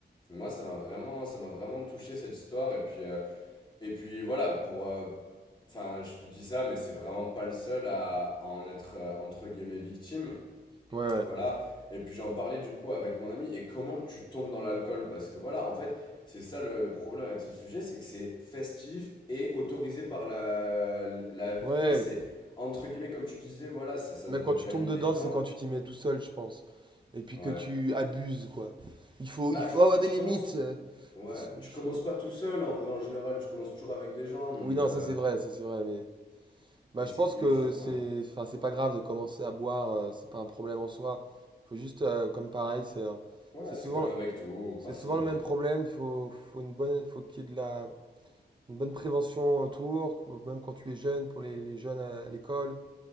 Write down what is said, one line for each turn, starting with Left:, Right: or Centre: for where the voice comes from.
Left: Moi, ça m'a vraiment, ça m'a vraiment touché cette histoire. Et puis, euh, et puis voilà, pour, euh, enfin, je te dis ça, mais c'est vraiment pas le seul à, à en être euh, entre guillemets victime.
Right: Ouais, ouais.
Left: Voilà. Et puis j'en parlais du coup avec mon ami. Et comment tu tombes dans l'alcool? Parce que voilà, en fait, c'est ça le, le problème avec ce sujet, c'est que c'est festif et autorisé par la, la vie.
Right: Ouais.
Left: C'est entre guillemets, comme tu disais, voilà, ça, ça
Right: Mais
Left: date
Right: quand
Left: depuis
Right: tu
Left: la
Right: tombes
Left: nuit
Right: dedans,
Left: des temps.
Right: c'est quand tu t'y mets tout seul, je pense. Et puis
Left: Ouais.
Right: que tu abuses, quoi. Il faut,
Left: Bah,
Right: il faut
Left: je pense
Right: avoir
Left: que
Right: des
Left: tu
Right: limites.
Left: commences.
Right: euh,
Left: Ouais,
Right: faut se-
Left: tu
Right: sinon-
Left: commences pas tout seul en vrai en général, tu commences toujours avec des gens donc
Right: Oui, non,
Left: euh,
Right: ça c'est vrai, ça c'est vrai, mais... Bah,
Left: et
Right: je
Left: c'est
Right: pense
Left: une
Right: que
Left: fois
Right: c'est,
Left: ouais.
Right: enfin, c'est pas grave de commencer à boire, euh, c'est pas un problème en soi. Faut juste, euh, comme pareil, c'est, un-
Left: Ouais,
Right: c'est
Left: c'est
Right: souvent,
Left: comme avec tout,
Right: c'est
Left: parcimonie.
Right: souvent le même problème. Faut, faut une bonne, faut qu'il y ait de la, une bonne prévention autour, qu- même quand tu es jeune, pour les, les jeunes à, à l'école.